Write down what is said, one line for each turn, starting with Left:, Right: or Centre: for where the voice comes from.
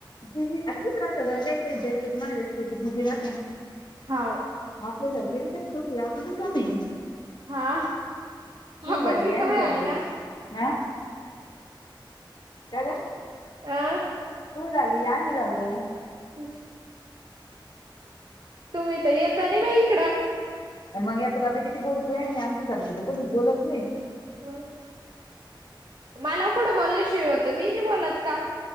Left: बिझी आता कस राहत गं काही काही गॅसचं जे माजये त्यांचं बीझी राहते ना
Right: हाव
Left: आपल्या सारखे रिकामे थोडीये आपण रीकामे आहे
Right: हा
Left: तू
Right: आपण
Left: झाली
Right: रिकामे
Left: या मी झालो
Right: आहे ना
Left: हा का गं
Right: अह
Left: तू झाली आम्ही झालो
Right: हम् तुम्ही तर येता नाही बाई इकडं
Left: मग येता जाता किती बोलत मी आमच्या सारखं तर कोणी बोलत नाही
Right: हम मला कुडं बोलण्याशिवाय होतं मी नाही बोलत का